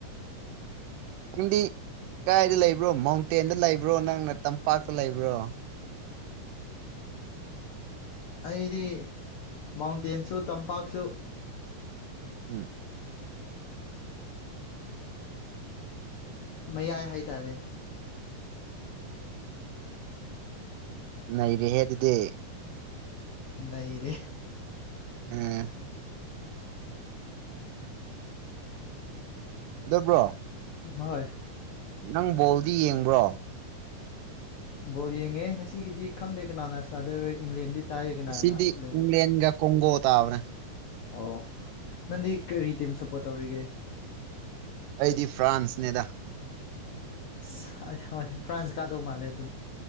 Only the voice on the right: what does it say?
ꯅꯪꯗꯤ ꯀꯥꯏꯗ ꯂꯩꯕ꯭ꯔꯣ ꯃꯥꯎꯟꯇꯦꯟꯗ ꯂꯩꯕ꯭ꯔꯣ ꯅꯪꯅ ꯇꯝꯄꯥꯛꯇ ꯂꯩꯕ꯭ꯔꯣ
ꯎꯝ
ꯅꯔꯤꯍꯦ ꯑꯗꯨꯗꯤ
ꯎꯝ ꯑꯗꯨꯕ꯭ꯔꯣ
ꯅꯪ ꯕꯣꯜꯗꯤ ꯌꯦꯡꯕ꯭ꯔꯣ
ꯁꯤꯗꯤ
ꯏꯪ꯭ꯂꯦꯟꯒ ꯀꯣꯡꯒꯣ ꯇꯔꯦ
ꯑꯩꯗꯤ ꯐ꯭ꯔꯥꯟꯁꯅꯦꯗ